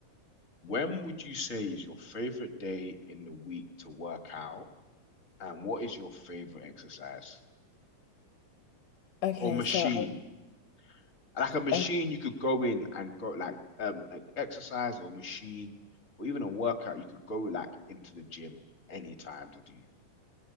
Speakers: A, on the left; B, on the left.
A: when would you say is your favorite day in the week to work out? And what is your favorite exercise
B: Okay,
A: or machine?
B: so I'll,
A: Like a machine
B: o-
A: you could go in and go like um an exercise or machine or even a workout you could go like into the gym anytime to do.